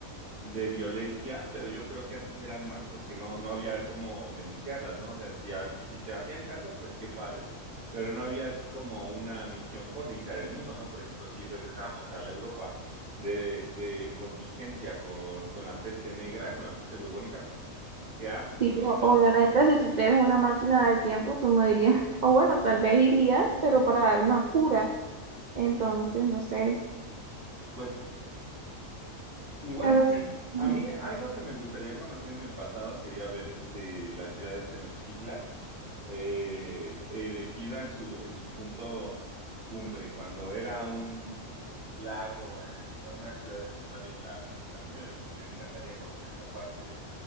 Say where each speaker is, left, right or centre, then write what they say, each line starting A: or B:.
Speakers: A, on the right; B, on the right.
A: de violencia, pero yo creo que antes eran más porque no, no había cómo denunciarlas, ¿no? O sea, si, a- si te hacían caso, pues qué padre, pero no había así como una misión por limpiar el mundo, ¿no? Por ejemplo, si regresamos a la Europa de, de contingencia con, con la peste negra, con la peste burbónica, bah, qué asco,
B: Sí, pero
A: ¿no? Yo,
B: obviamente si tú eres una máquina del tiempo, tú no irías, <laughs> o bueno, tal vez irías, pero para dar una cura. Entonces, no sé.
A: pues igual
B: o
A: y sí.
B: sea,
A: A
B: ujú.
A: mí algo que me gustaría conocer en el pasado sería ver este, la ciudad de Tenochtitlan eh, erigida en su, en su punto cumbre, cuando era un lago, eh, una ciudad encima de un lago. A mí me, me encantaría conocer esa parte de,